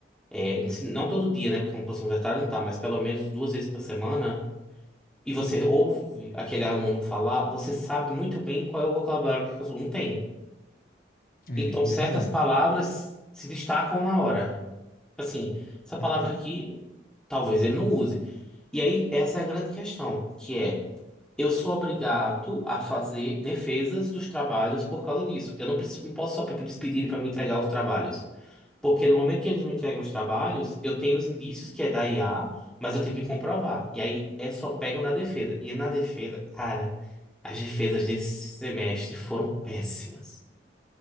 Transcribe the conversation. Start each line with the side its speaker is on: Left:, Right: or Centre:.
Centre: é, se- não todo dia, né, porque uma professor universitário não tá, mas pelo menos duas vezes por semana... E você ouve aquele aluno falar, você sabe muito bem qual é o vocabulário que aquele aluno tem.
Left: É,
Centre: Então,
Left: de
Centre: certas
Left: verdade.
Centre: palavras se destacam na hora. Assim, essa palavra
Left: Uhum.
Centre: aqui, talvez ele não use. E aí, essa é a grande questão, que é, eu sou obrigado a fazer defesas dos trabalhos por causa disso. Eu não, preciso, não posso só para eles pedirem para me entregar os trabalhos. Porque no momento que eles me entregam os trabalhos, eu tenho os indícios que é da IA, mas eu tenho que comprovar. E aí, é só pego na defesa. E na defesa, cara, as defesas desse semestre foram péssimas.